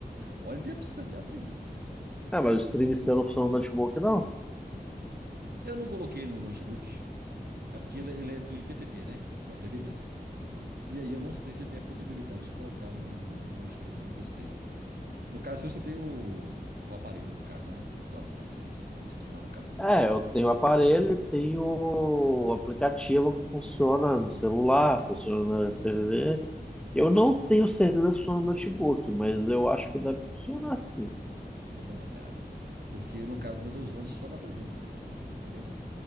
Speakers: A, on the right; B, in the centre.
A: Olha pra você ver a preguiça.
B: Ah, mas o stream seu não funciona no notebook, não.
A: Eu não coloquei no notebook, é porque ele, ele é do IPTV, né? Pra TV mesmo. E aí eu não sei se ele tem a possibilidade de colocar no, no, no notebook, não testei. No caso, se você tem o, o aparelho, no caso, né? Pra, pra se se streamar, no caso, assim.
B: É, eu tenho o aparelho e tenho o aplicativo que funciona no celular, funciona
A: Hum,
B: na TV. Eu não tenho certeza se funciona no notebook, mas eu acho que deve funcionar sim.
A: eu vou dar uma olhada. Porque no caso meu, eu tô usando só na TV mesmo, assim. Entendeu?